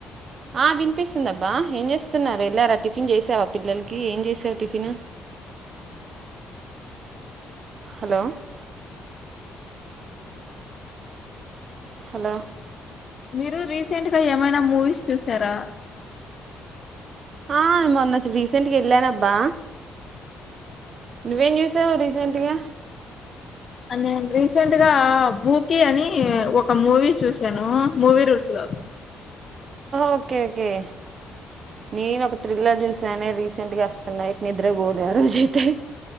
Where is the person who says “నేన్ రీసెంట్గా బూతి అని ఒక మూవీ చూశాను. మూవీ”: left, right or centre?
Left